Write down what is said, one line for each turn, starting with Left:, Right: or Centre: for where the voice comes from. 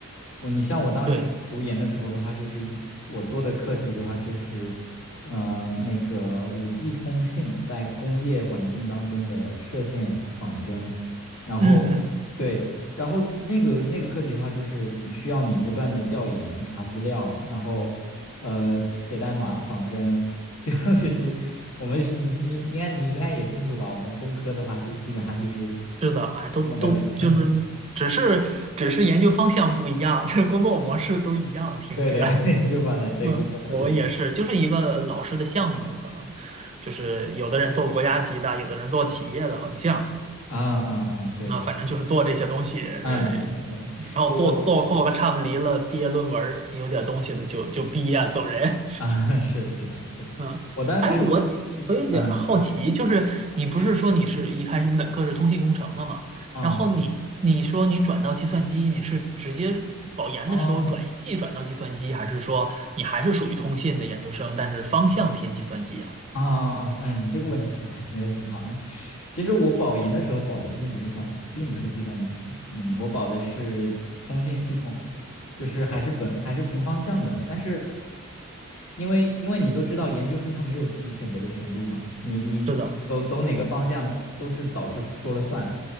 Left: 我你像我当时读研的时候的话，
Right: 对，
Left: 就是我做的课题的话就是呃那个五 g 通信在工业环境当中的射线仿真，然后。
Right: 嗯嗯，
Left: 对。然后那个那个课题的话，就是你需要你不断的调研、查资料，然后呃写代码、仿真，<laughs> 就是我们是你你应该你应该也清楚吧？我们工科的话，就基本上就是
Right: 是的，哎，都都就是只是只是研究方向不一样，
Left: 这么个流程。<laughs>
Right: <laughs> 这工作模式都一样，听起来。
Left: 对对对，<laughs> 就放现对工作模式都是
Right: <laughs> 嗯，我也是，就是一个老师的项目，可能就是有的人做国家级的，
Left: 这样
Right: 有的人做企业的横向。
Left: 啊啊啊，对对，
Right: 啊，反正就是做这些东西，呃
Left: 嗯，是的，是的，
Right: 然后做做做个差不离了，
Left: 我我
Right: 毕业论文儿有点东西的就就毕业走人。
Left: 啊，<laughs> 是是是是的，
Right: 嗯，
Left: 我当时
Right: 哎，我我有点好奇，
Left: 嗯，
Right: 就是你不是说你是一开始你本科是通信工程的嘛？
Left: 你不啊
Right: 然后你你说你转到计算机，你是直接保研的时候转系转到计算机，
Left: 哦。
Right: 还是说你还是属于通信的研究生，但是方向偏计算机啊？
Left: 啊啊！哦嗯，你这个问题说的挺的挺好的。其实我保研的时候保的并不是方，并不是计算机，嗯，我保的是通信系统，就是还是本还是同方向的。但是因为因为你都知道，研究生他没有自己选择的权利嘛，你你走走哪个方向都是导师说了算。
Right: 是的，